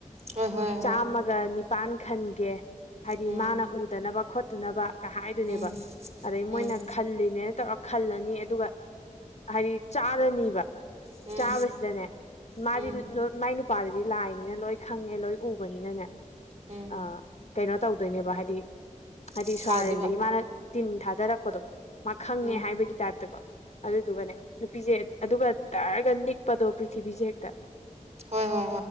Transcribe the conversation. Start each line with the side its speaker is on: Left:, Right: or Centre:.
Right: ꯍꯣꯏ ꯍꯣꯏ ꯍꯣꯏ
Left: ꯆꯥꯝꯃꯒ ꯅꯤ ꯄꯥꯟ ꯈꯟꯒꯦ ꯍꯥꯏꯗꯤ
Right: ꯎꯝ
Left: ꯃꯥꯅ ꯎꯗꯅꯕ ꯈꯣꯠꯇꯅꯕ ꯀ ꯍꯥꯏꯗꯨꯅꯦꯕ
Right: ꯎꯝ
Left: ꯑꯗꯩ
Right: ꯎꯝ
Left: ꯃꯣꯏꯅ ꯈꯜꯂꯤꯅꯦꯅ ꯇꯧꯔ ꯈꯜꯂꯅꯤ ꯑꯗꯨꯒ ꯍꯥꯏꯗꯤ ꯆꯥꯔꯅꯤꯕ
Right: ꯎꯝ
Left: ꯆꯥꯕꯁꯤꯗꯅꯦ ꯃꯥꯗꯤ
Right: ꯎꯝ
Left: ꯃꯥꯏ ꯅꯨ ꯎꯄꯥꯜꯗꯨꯗꯤ ꯂꯥꯏꯅꯤꯅ ꯂꯣꯏ ꯈꯪꯉꯦ ꯂꯣꯏ ꯎꯕꯅꯤꯅꯅꯦ
Right: ꯎꯝ
Left: ꯑ ꯀꯩꯅꯣ ꯇꯧꯗꯣꯏꯅꯦꯕ ꯍꯥꯏꯗꯤ ꯍꯥꯏꯗꯤ
Right: ꯁꯥꯎꯗꯣꯏꯕ
Left: ꯁꯔꯦꯟꯗꯒꯤ ꯃꯥꯅ ꯇꯤꯟ ꯊꯥꯗꯔꯛꯄꯗꯣ ꯃꯥ ꯈꯪꯉꯦ
Right: ꯎꯝ
Left: ꯍꯥꯏꯕꯒꯤ ꯇꯥꯏꯞꯇꯀꯣ ꯑꯗꯨꯗꯨꯒꯅꯦ ꯅꯨꯄꯤꯁꯦ ꯑꯗꯨꯒ ꯇꯥꯔꯒ ꯅꯤꯛꯄꯗꯣ ꯄ꯭ꯔꯤꯊꯤꯕꯤꯁꯦ ꯍꯦꯛꯇ
Right: ꯍꯣꯏ ꯍꯣꯏ